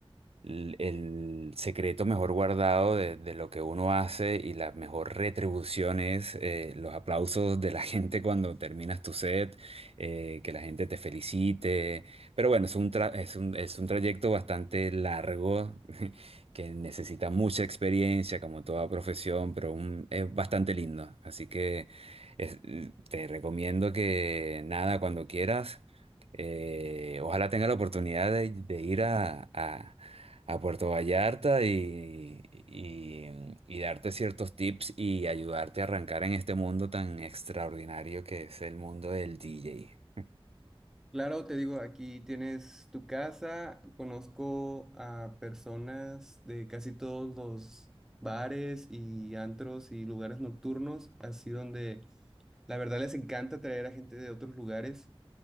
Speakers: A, on the right; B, in the centre.
A: l- El secreto mejor guardado de, de lo que uno hace y la mejor retribución es eh, los aplausos de la <laughs> gente cuando terminas tu set, eh, que la gente te felicite. Pero bueno, es un, tra- es un, es un trayecto bastante largo <laughs> que necesita mucha experiencia, como toda profesión, pero un- es bastante lindo. Así que es- te recomiendo que nada, cuando quieras. eh, ojalá tenga la oportunidad de, de ir a, a- a Puerto Vallarta y, y, y darte ciertos tips y ayudarte a arrancar en este mundo tan extraordinario que es el mundo del DJ.
B: Claro, te digo, aquí tienes tu casa, conozco a personas de casi todos los bares y antros y lugares nocturnos, así donde la verdad les encanta traer a gente de otros lugares.